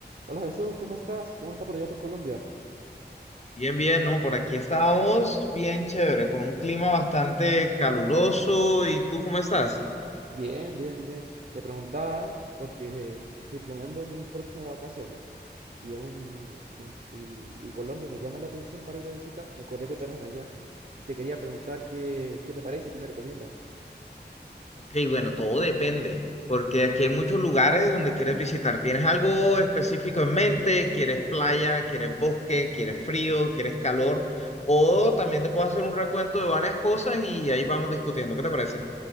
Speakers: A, on the right; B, on the left.
A: Hola Jesús, ¿cómo estás? ¿Cómo está por allá por Colombia?
B: Bien, bien, ¿no? Por aquí estábamos bien chévere, con un clima bastante caluroso. ¿Y tú cómo estás?
A: Bien, bien, bien. Te preguntaba porque eh, estoy planeando mis próximas vacaciones y, un, y, un- y- y Colombia me llama la atención para ir a visitar. Me acordé que tú eras de allá. y Te quería preguntar qué, qué te parece, qué me recomiendas.
B: Ok, bueno, todo depende, porque aquí hay muchos lugares donde quieres visitar. ¿Tienes algo específico en mente? ¿Quieres playa? ¿Quieres bosque? ¿Quieres frío? ¿Quieres calor? O también te puedo hacer un recuento de varias cosas y ahí vamos discutiendo. ¿Qué te parece?